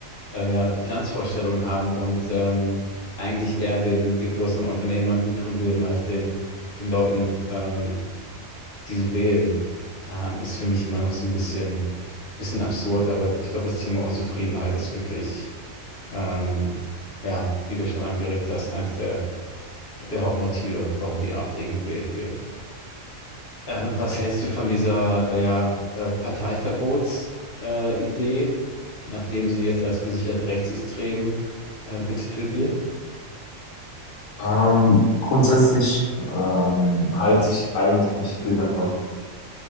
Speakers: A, on the left; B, on the left.
A: äh, ja, Finanzvorstellung haben und ähm, eigentlich eher den, den größeren Unternehmern gut tun würden als den, den Leuten, ähm, die sie wählen, ähm, ist für mich immer noch so ein bisschen, bisschen absurd, aber ich glaube, das Thema Unzufriedenheit ist wirklich, ähm, ja, wie du schon angeregt hast, eins der, der Hauptmotive, warum die AfD gewählt wird. Äh, was hältst du von dieser, ja, äh, Parteiverbots, äh, Idee, nachdem sie jetzt als gesichert rechtsextrem, äh, betitelt wird?
B: Ähm, grundsätzlich ähm, halte ich eigentlich nicht viel davon,